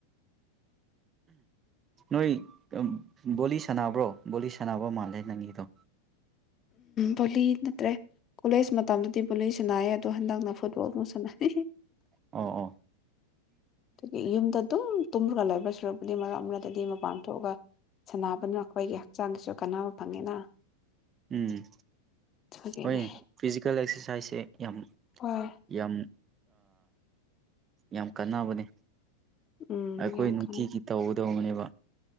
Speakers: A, on the right (about 25°); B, on the left (about 30°).
A: ꯅꯣꯏ ꯕꯣꯂꯤ ꯁꯥꯟꯅꯕ꯭ꯔꯣ ꯕꯣꯂꯤ ꯁꯥꯟꯅꯕ ꯃꯥꯜꯂꯦ ꯅꯪꯒꯤꯗꯣ
B: ꯕꯣꯂꯤ ꯅꯠꯇ꯭ꯔꯦ ꯀꯣꯂꯦꯖ ꯃꯇꯝꯗꯗꯤ ꯕꯣꯂꯤ ꯁꯅꯥꯩꯌꯦ ꯑꯗꯣ ꯍꯟꯗꯛꯅ ꯐꯨꯠꯕꯣꯜꯃꯨꯛꯁꯥꯟꯅꯔꯤ
A: ꯑꯣ ꯑꯣ
B: ꯑꯗꯨꯒꯤ ꯌꯨꯝꯗ ꯑꯗꯨꯝ ꯇꯨꯝꯔꯒ ꯂꯩꯕꯩ ꯁꯨꯔꯛꯄꯨꯗꯤ ꯃꯔꯛ ꯃꯔꯛꯇꯗꯤ ꯃꯄꯥꯟ ꯊꯣꯛꯑꯒ ꯁꯥꯟꯅꯕꯅ ꯑꯩꯈꯣꯏꯒꯤ ꯍꯛꯆꯥꯡꯒꯤꯁꯨ ꯀꯥꯟꯅꯕ ꯐꯪꯉꯤꯅ
A: ꯎꯝ
B: ꯑꯗꯨꯒꯤꯅꯦ
A: ꯍꯣꯏ ꯐꯤꯖꯤꯀꯦꯜ ꯑꯦꯛꯁꯔꯁꯥꯏꯁꯁꯦ ꯌꯥꯝ
B: ꯍꯣꯏ
A: ꯌꯥꯝ ꯌꯥꯝ ꯀꯥꯟꯅꯕꯅꯦ
B: ꯎꯝ
A: ꯑꯩꯈꯣꯏ
B: ꯌꯥꯝ
A: ꯅꯨꯡꯇꯤꯒꯤ
B: ꯀꯥꯟꯅꯩ
A: ꯇꯧꯒꯗꯧꯕꯅꯦꯕ